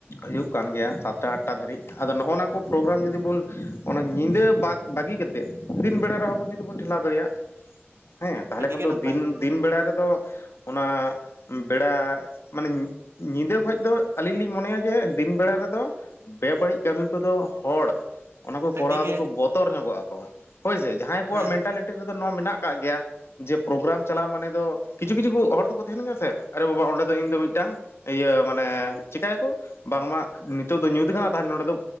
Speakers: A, on the left (about 75°); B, on the right (about 85°).
A: ᱦᱩᱭᱩᱜ ᱠᱟᱱ ᱜᱮᱭᱟ ᱥᱟᱛᱴᱟ ᱟᱴᱟ ᱫᱷᱵᱤᱡ ᱟᱫᱚ ᱱᱚᱜᱼᱚ ᱱᱟ ᱯᱨᱳᱜᱨᱟᱢ ᱡᱩᱫᱤ ᱵᱚᱱ ᱚᱱᱟ ᱧᱤᱫᱟᱹ ᱵᱟᱫ ᱵᱟᱹᱜᱤ ᱠᱟᱛᱮ ᱫᱤᱱ ᱮᱴᱟᱜ ᱨᱮᱦᱚᱸᱚ ᱡᱩᱫᱤ ᱵᱚᱱ ᱴᱷᱮᱞᱟᱣ ᱫᱟᱲᱮᱭᱟᱜᱼᱟ ᱦᱮᱸ ᱛᱟᱦᱚᱞᱮ
B: ᱟᱹᱰᱤᱜᱮ
A: ᱠᱷᱟᱱ ᱫᱚ
B: ᱱᱟᱯᱟᱭᱚᱜᱼᱟ
A: ᱫᱤᱱ ᱫᱤᱱ ᱵᱮᱲᱟ ᱨᱮᱫᱚ ᱚᱱᱟ ᱵᱮᱲᱟ ᱢᱟᱱᱮ ᱧᱤᱫᱟᱹ ᱠᱷᱚᱡ ᱫᱚ ᱟᱹᱞᱤᱧ ᱞᱤᱧ ᱢᱚᱱᱮᱭᱟ ᱡᱮ ᱫᱤᱱ ᱵᱮᱲᱟ ᱨᱮᱫᱚ ᱵᱮ ᱵᱟᱹᱲᱤᱡ ᱠᱟᱹᱢᱤ ᱦᱚᱲ ᱚᱱᱟ ᱠᱚ
B: ᱟᱹᱰᱤᱜᱮ
A: ᱠᱚᱨᱟᱣ ᱫᱚᱠᱚ ᱵᱚᱛᱚᱨ ᱧᱚᱜᱚᱜ ᱟᱠᱚ ᱦᱳᱭᱥᱮ ᱡᱟᱦᱟᱸᱭ ᱠᱚᱣᱟᱜ
B: ᱦᱮᱸ
A: ᱢᱮᱱᱴᱟᱞᱤᱴᱤ ᱨᱮᱫᱚ ᱱᱚᱣᱟ ᱢᱮᱱᱟᱜ ᱟᱠᱟᱟᱜ ᱜᱮᱭᱟ᱾ ᱡᱮ ᱯᱨᱳᱜᱨᱟᱢ ᱪᱟᱞᱟᱣ ᱢᱟᱱᱮ ᱫᱚ ᱠᱤᱪᱷᱩ ᱠᱤᱪᱷᱩ ᱦᱚᱲ ᱫᱚᱠᱚ ᱛᱟᱦᱮᱱ ᱜᱮᱭᱟ ᱥᱮ ᱟᱨ ᱵᱟᱵᱟ ᱚᱸᱰᱮ ᱫᱚ ᱤᱧ ᱫᱚ ᱢᱤᱫᱴᱟᱝ ᱤᱭᱟᱹ ᱢᱟᱱᱮ ᱪᱤᱠᱟᱹᱭᱠᱚ ᱵᱟᱝᱢᱟ ᱱᱤᱛᱚᱜ ᱫᱚ ᱧᱩᱛ ᱠᱟᱱᱟ ᱛᱟᱦᱞᱮ ᱱᱚᱸᱰᱮ ᱫᱚ